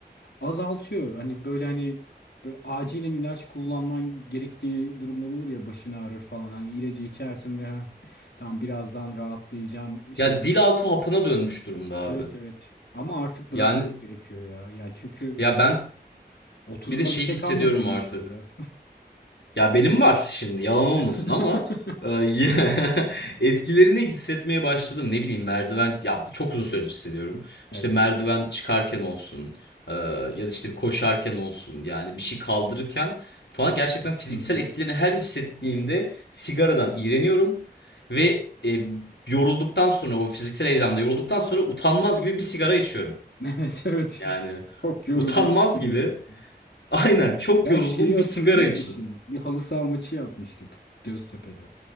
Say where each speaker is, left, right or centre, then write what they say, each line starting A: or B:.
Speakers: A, on the left (about 70°); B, on the left (about 85°).
A: azaltıyor. Hani böyle hani böyle acilen ilaç kullanman gerektiği durumlar olur ya başın ağrır falan. Hani ilacı içersin ve "Heh, tamam birazdan rahatlayacağım şey.
B: Ya dil altı hapına dönmüş durumda abi.
A: Evet evet. Ama artık bırakmak
B: Yani
A: gerekiyor ya. Ya çünkü
B: ya ben
A: Otuzuma
B: bir de şey
A: bir şey
B: hissediyorum
A: kalmadı benim
B: artık.
A: şurada.
B: Ya benim var şimdi yalan olmasın
A: <laughs>
B: ama e, <laughs> etkilerini hissetmeye başladım. Ne bileyim merdiven ya çok uzun süredir hissediyorum.
A: Evet.
B: İşte merdiven çıkarken olsun e, ya da işte koşarken olsun yani bir şey kaldırırken falan gerçekten fiziksel
A: Hı hı.
B: etkilerini her hissettiğimde sigaradan iğreniyorum ve e, yorulduktan sonra o fiziksel eylemde yorulduktan sonra utanmaz gibi bir sigara içiyorum.
A: <laughs> Evet evet.
B: Yani
A: Çok yoruldum.
B: utanmaz
A: gerekiyor.
B: gibi <laughs> aynen çok
A: Ya
B: yoruldum
A: şeyi hatırlıyor
B: bir sigara içeyim
A: musun? Bir halı saha maçı yapmıştık Göztepe'de.